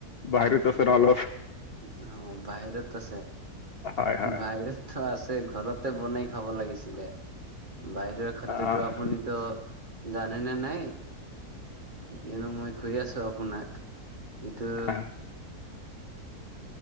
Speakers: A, on the left; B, on the right.
A: বাহিৰত আছোঁ না অলপ।
B: অ, বাহিৰত আছে
A: হয় হয়
B: বাহিৰত ত'আছে ঘৰতে বনাই খাব লাগিছিলে বাহিৰৰ খাদ্যটো
A: আহ
B: আপুনি ত' জানে নে নাই? কিয়নো মই কৈ আছো আপোনাক ইটো
A: আহ,